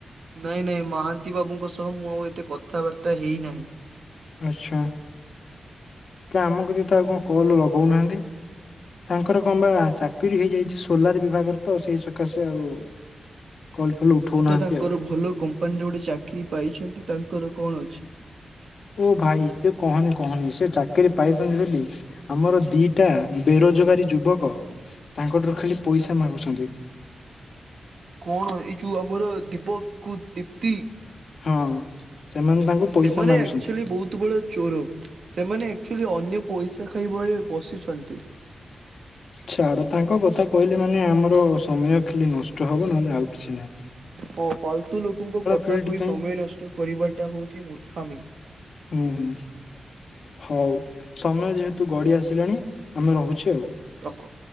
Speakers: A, on the right; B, on the left.
A: ନାଇଁ ନାଇଁ ମହାନ୍ତି ବାବୁଙ୍କ ସହ ମୁଁ ଆଉ ଏତେ କଥାବାର୍ତ୍ତା ହେଇନାହିଁ।
B: ଆଚ୍ଛା କା ଆମକୁ ଦି ତ ଆଉ କଣ କଲ୍ ଲଗୋଉନାହାନ୍ତି। ତାଙ୍କର କଣ ବା ଚାକିରି ହେଇଯାଇଛି ସୋଲାର ବିଭାଗରେ ତ ସେଇ ସକାଶେ ଆଉ କଲ୍ ଫଲ୍ ଉଠଉନାହାନ୍ତି
A: ସିଏ ତ ତାଙ୍କର
B: ଆଉ।
A: ଭଲ କମ୍ପାନୀରେ ଗୋଟେ ଚାକିରୀ ପାଇଛନ୍ତି ତାଙ୍କର କଣ ଅଛି।
B: ଓ ଭାଇ ସେ କହନି କହନି ସେ ଚାକିରୀ ପାଇଛନ୍ତି ବୋଲି ଆମର ଦିଟା ବେରୋଜଗାରୀ ଯୁବକ ତାଙ୍କଠାରୁ ଖାଲି ପଇସା ମାଗୁଚନ୍ତି।
A: କଣ ଏଇ ଯୋଉ ଆମର ଦୀପକୁ ଦିପ୍ତି।
B: ହଁ ସେମାନେ ତାଙ୍କୁ ପଇସା
A: ସେମାନେ
B: ମାଗୁଛନ୍ତି।
A: ଆକ୍ଚ୍ବଲି ବହୁତ ବଡ଼ ଚୋର ସେମାନେ ଆକ୍ଚ୍ବଲି ଅନ୍ୟ ପଇସା ଖାଇବା ରେ ବସିଛନ୍ତି।
B: ଛାଡ ତାଙ୍କ କଥା କହିଲେ ମାନେ ଆମର ସମୟ ଖାଲି ନଷ୍ଟ ହବ ନହେଲେ ଆଉ କିଛି ନାଇଁ।
A: ହଁ ଫାଲତୁ ଲୋକଙ୍କ କଥା
B: ଫିଲ୍ଡ
A: କହି
B: ପାଇଁ
A: ସମୟ ନଷ୍ଟ କରିବାଟା ହୋଉଚି ମୂର୍ଖାମି।
B: ହୁଁ ହୁଁ ହୋଉ ସମୟ ଯେହେତୁ ଗଡି ଆସିଲାଣି ଆମେ ରହୁଛୁ ଆଉ।
A: ରଖନ୍ତୁ।